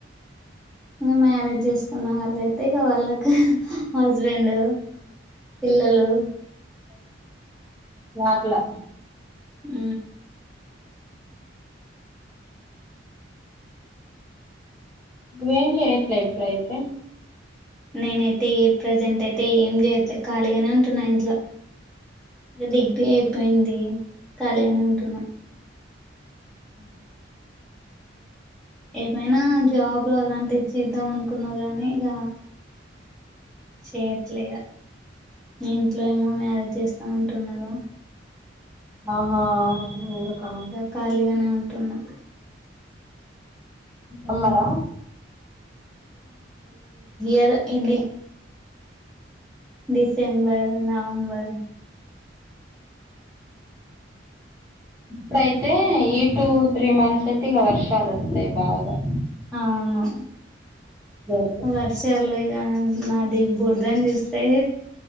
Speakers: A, in the centre; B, on the right.
A: ఇంకా మ్యారేజ్ చేసుకున్న వాళ్ళయితే ఇక వాళ్ళకి హస్బెండ్ పిల్లలు
B: నాకులా
A: ఆ
B: ను ఏం చే ఎట్లా ఎట్లాయితే
A: నేనైతే ఏ ప్రజెంట్ అయితే ఏం చేయట్లేదు ఖాళీగానే ఉంటున్నా ఇంట్లో ఇక డిగ్రీ అయిపోయింది ఖాళీగాని అంటున్నా
B: అ
A: ఏమైనా జాబ్లు అలాంటివి చేద్దాం అనుకున్నా గానీ ఇక చేయట్లేద ఇంట్లో ఏమో మ్యారేజ్ చేస్తా ఉంటున్నారు
B: ఆహా ఎందుకా
A: ఇక ఖాళీగానే ఉంటున్నా
B: అమ్మార
A: ారు ఎన్ని డిసెంబర్ నవంబర్
B: డ అయితే ఈ టూ త్రీ మంత్స్ అయితే ఈక వర్ష అలస్తయి బాగా
A: అవును
B: జరుగు
A: వర్షాలు ఆ మాది బోర్దని చూస్తే